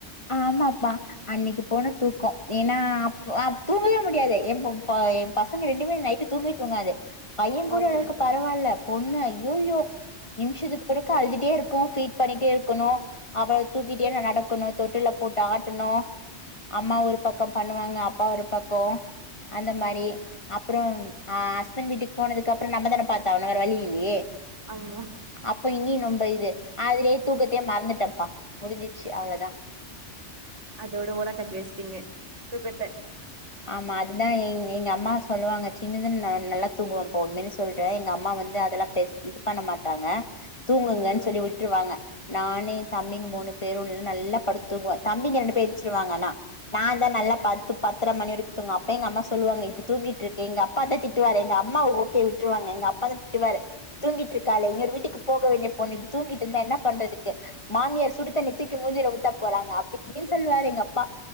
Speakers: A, on the left (about 25°); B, on the right (about 90°).
A: ஆமாப்பா அன்னைக்கிப் போன தூக்கோ ஏன்னா அப் அப்போ தூங்கவே முடியாது எப்பப்பா எப் பசங்க ரெண்டுமே நைட்டு் தூங்கவே தூங்காது பையங் கூட
B: ஓகே
A: ஓர் அளவுக்கு பரவாயில்ல பொண்ணு ஐயோயோ நிமிஷத்துக்கு ஒருக்கா அழுதுட்டே இரு க்கோ ஃபீட் பண்ணிட்டே இருக்கனோ அப்றோ தூக்கிட்டே நா நடக்கனோ தொட்டில்ல போட்டு ஆட்டனோ அம்மா ஒரு பக்கோ பண்ணுவாங்க அப்பா ஒரு பக்கோ அந்த மாரி
B: ஓகேக்கா
A: அப்றோ அ ஹஸ்பண்ட் வீட்டுக்கு போனதுக்கப்றோ நம்ம தான பாத்தாவனோ வேற வழியில்லயே
B: அம்மா
A: அப்ப இனி நொம்ப இது அதலயே தூக்கத்தயே மறந்துட்டப்பா முடிஞ்சிச்சு அவ்ளதா
B: அதோட ஓரங்கட்டி வச்ட்டிங்க தூக்கத்த
A: ஆமா அதுதா எ எங்க அம்மா சொல்லுவாங்க சின்னத நல்லா தூங்குவம்போ உண்மயில சொல்றே எங்க அம்மா வந்து அதெல்லா பே இது பண்ண மாட்டாங்க தூங்குங்கன்னு
B: ம்
A: சொல்லி விட்டுருவாங்க நானே எ தம்பிங்க மூணு பேரு நல்லா படுத்து தூங்குவோ தம்பிங்க ரெண்டு பேர் எந்திருச்சிருவாங்க ஆனா நா தா நல்லா பத்து பத்தரை மணி வரைக்கு தூங்க அப்பயே எங்க அம்மா சொல்லுவாங்க இப்டி தூங்கிட்டு இருக்கே எங்க அப்பா தா திட் திட்டுவாரு எங்க அம்மா ஓகே விட்டுருவாங்க எங்க அப்பா தா திட்டுவாரு தூங்கிட்டு இருக்காலே இன்னொரு வீட்டுக்கு போக வேண்டிய பொண்ணு இப்டி தூங்கிட்டு இருந்தா என்ன பண்றதுக்கு மாமியார் சுடுதண்ணி தூக்கி மூஞ்சுல ஊத்த போறாங்க அப்டி இப்டின்னு சொல்லுவார் எங்க அப்பா